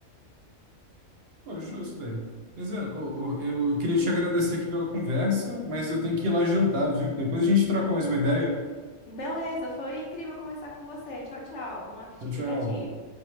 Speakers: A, on the right; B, on the left.
A: Pô, justo, velho. Mas, é, ô, ô, eu, eu queria te agradecer aqui pela conversa, mas eu tenho que ir lá jantar, viu? Depois a gente troca mais uma ideia.
B: <laughs> Beleza, foi incrível conversar com você. Tchau, tchau. Bom apetite
A: Tchau, tchau.
B: pra ti.